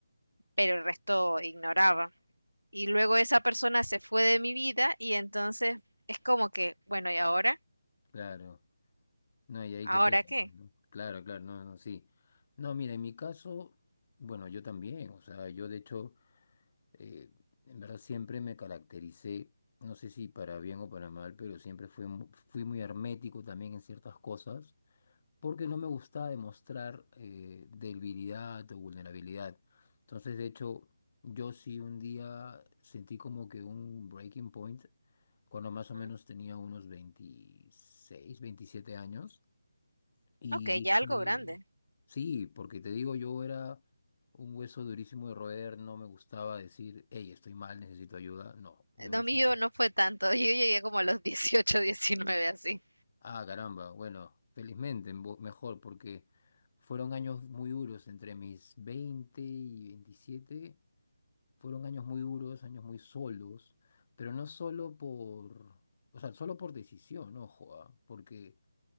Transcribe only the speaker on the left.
Claro, no, y ahí
que toca,
pues, ¿no? Claro, claro, no, no, sí. No, mira, en mi caso, bueno, yo también, o sea, yo de hecho, eh, en verdad siempre me caractericé, no sé si para bien o para mal, pero siempre fui, mu- fui muy hermético también en ciertas cosas, porque no me gustaba demostrar eh, debilidad o vulnerabilidad. Entonces, de hecho, yo sí un día sentí como que un breaking point, cuando más o
menos tenía unos 26, 27 años. Y
dije,
sí, porque te digo, yo era un hueso durísimo de roer, no me gustaba decir, hey, estoy mal, necesito ayuda. No, yo
decía,
ah, caramba, bueno, felizmente, mo- mejor, porque fueron años muy duros entre mis veinte y veintisiete fueron años muy duros, años muy solos, pero no solo por, o sea, solo por decisión, ojo, ah, Porque,